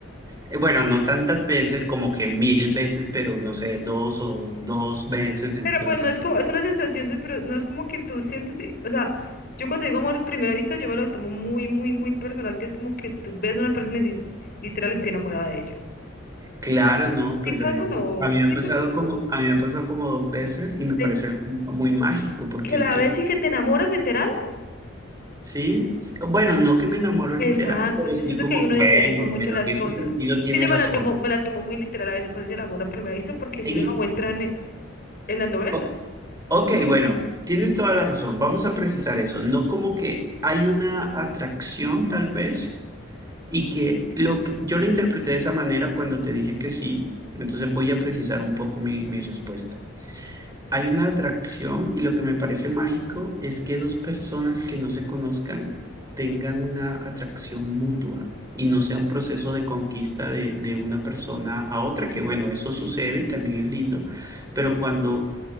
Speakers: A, on the right; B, on the left.
A: Eh, Bueno, no tantas veces, como que mil veces, pero no sé, dos o dos veces. Entonces.
B: Pero pues no es como, es una sensación de, pero no es como que tú sientes, y- o sea, yo cuando digo amor a primera vista, yo me lo tomo muy, muy, muy personal, que es como que tú ves a una persona y dices, literal estoy enamorada de ella.
A: Claro, no, pues
B: ¿Sí pasa
A: a mí,
B: o no?
A: a mí me
B: ¿Sí
A: ha pasado
B: te pasa?
A: como, a mí me ha pasado como dos veces y me parece
B: ¿De
A: algo muy mágico, porque
B: que la
A: es que,
B: ves y que te enamoras literal?
A: sí, sí, bueno, no que me enamoro literal,
B: Exacto,
A: pero
B: yo siento
A: sí como,
B: que ahí uno
A: bueno,
B: idealiza mucho
A: bueno,
B: las
A: en
B: cosas.
A: ese sentido tienes
B: Que yo me
A: razón.
B: la tomo, me la tomo muy literal a veces cuando dice el amor a primera vista, porque si
A: En-
B: no
A: e,
B: lo muestran en, en las novelas.
A: o- ok, bueno, tienes toda la razón, vamos a precisar eso, no como que hay una atracción tal vez y que lo que- yo lo interpreté de esa manera cuando te dije que sí, entonces voy a precisar un poco mi mi respuesta. Hay una atracción y lo que me parece mágico es que dos personas que no se conozcan tengan una atracción mutua y no sea un proceso de conquista de, de una persona a otra, que bueno, eso sucede y también es lindo, pero cuando